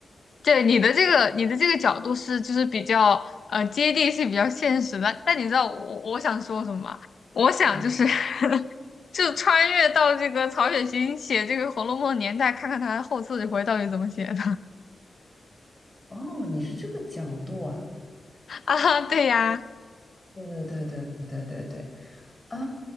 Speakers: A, on the left (about 60°); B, on the left (about 20°).
A: 对你的这个你的这个角度是就是比较呃接地气、比较现实的。但你知道我我想说什么吗？我想就是
B: 嗯。
A: <laughs> 就穿越到这个曹雪芹写这个《红楼梦》的年代，看看他后四十回到底怎么写的
B: 哦，你是这个角度啊。
A: <laughs> 啊？对呀，
B: 嗯，对对对对对对对啊